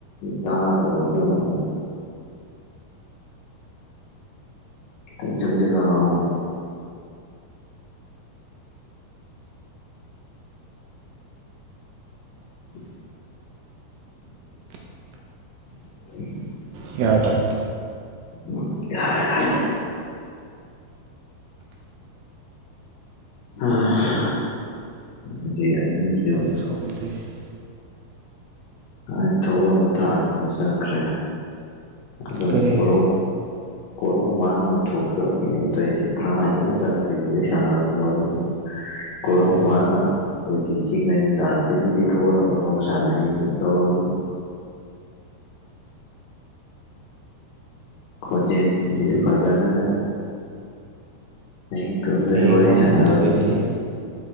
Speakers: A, on the left; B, on the right.
A: ꯇꯥꯗꯕꯒ ꯆꯞ ꯃꯅꯥꯔꯦ꯫ ꯈꯤꯇꯪ ꯆꯪꯖꯟꯂ ꯉꯥꯡꯉꯣ꯫ <inaudible> <inaudible>
B: ꯀꯤꯌꯥꯗ
A: <inaudible> ꯑꯥ <unintelligible> ꯑꯍꯤꯡꯖꯦ
B: <inaudible>
A: ꯃꯥꯏ ꯊꯕꯛ ꯑꯃ ꯊꯥꯕꯁꯤꯁꯨ ꯆꯪꯈ꯭ꯔꯦ ꯑꯗꯣ
B: ꯀꯔꯤ꯫
A: <unintelligible> ꯀꯣꯔꯧ ꯃꯥꯅ ꯑꯃꯨꯛ ꯊꯣꯛꯆꯟꯂꯛꯄꯤꯅꯦ ꯇꯣꯏꯁꯤ ꯊꯥꯁꯤꯅ ꯆꯪꯗ꯭ꯔꯤꯉꯩꯗꯩ ꯁꯥꯟꯅꯔꯛꯄ ꯋꯥꯔꯤꯅꯤ꯫ ꯀꯣꯔꯧ
B: ꯎꯝ
A: ꯃꯥꯅ ꯑꯩꯈꯣꯏꯒꯤ ꯆꯤꯡ ꯑꯅꯤ ꯀꯥꯔꯛꯇꯒꯤ ꯂꯤꯊꯣꯔꯛꯑꯕꯧ ꯁꯥꯟꯅꯩ ꯇꯧꯔꯅꯤ ꯈꯣꯟꯖꯦꯟꯁꯤꯗꯤ ꯐꯖꯗꯔꯦ꯫ ꯑꯍꯤꯡ ꯇꯨꯝꯃꯥꯝꯗꯥꯏꯗ
B: ꯑꯩ
A: ꯋꯥꯔꯤ
B: ꯋꯥ
A: ꯁꯟꯅꯔꯛꯄꯕꯨ
B: ꯉꯥꯡꯗꯕꯩꯅꯦꯍꯦ